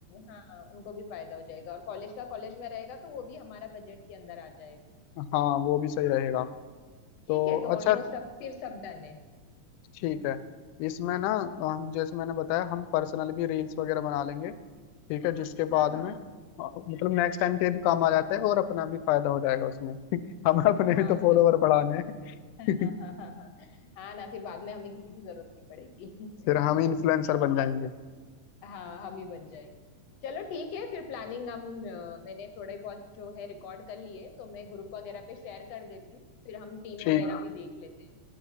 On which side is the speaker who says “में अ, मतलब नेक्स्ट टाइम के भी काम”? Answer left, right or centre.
Left